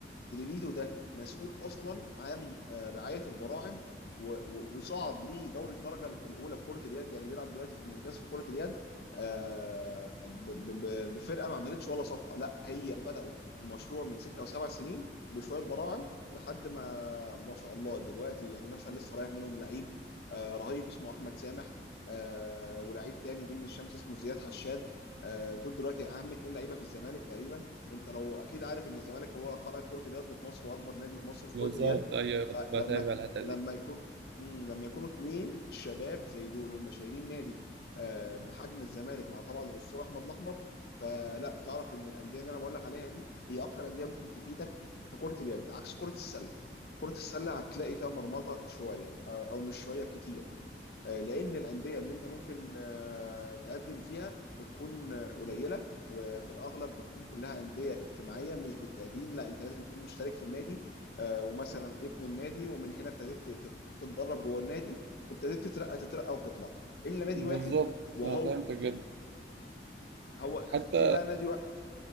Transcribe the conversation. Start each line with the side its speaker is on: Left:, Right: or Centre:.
Left: جليليدو ده مسؤول اصلا عن آه، رعايه البراعم و- و- وصعد لدوري الدرجه الاولى في كره اليد يعني بيلعب دلوقتي في الممتاز في كره اليد آه، ب- ب- ب- بفرقه ما عملتش ولا صفقه لا هي بداوا المشروع من ستة او سبع سنين بشويه براعم لحد ما ما شاء الله دلوقتي يعني مثلا لسه رايح منهم لعيب آه، رهيب اسمه احمد سامح آه، ولعيب تاني جه من الشمس اسمه زياد حشاد آه، دول دلوقتي اهم اتنين لعيبه في الزمالك تقريبا وانت لو اكيد عارف ان الزمالك هو قلعه كره اليد في مصر واكبر نادي في مصر في
Right: بالظبط
Left: كره اليد
Right: ايوه أيوة،
Left: فلما
Right: كنت بتابع الحته
Left: لما
Right: دي
Left: يكون مم، لما يكونوا اتنين شباب زي دول هم شايلين نادي آه، بحجم الزمالك مع طبعا الاسطوره احمد الاحمر فلا تعرف ان الانديه اللي انا بقول لك عليها دي هي اكتر انديه ممكن تفيدك في كره اليد عكس كره السله كره السله هتلاقي فيها مرمطه شويه او أو مش شويه كتير آه، لان الانديه اللي انت ممكن آه، تقدم فيها بتكون آه، قليله وفي الاغلب بتكون كلها انديه اجتماعيه مش بالتقديم لا انت لازم تكون مشترك في النادي آه، ومثلا ابن النادي ومن هنا ابتديت تت- تتدرب جوه النادي وابتديت تترقى تترقى وتطلع الا نادي
Right: بالظبط
Left: واحد وهو
Right: انا فهمتك جدا
Left: هو
Right: حتى
Left: في بقى نادي واحد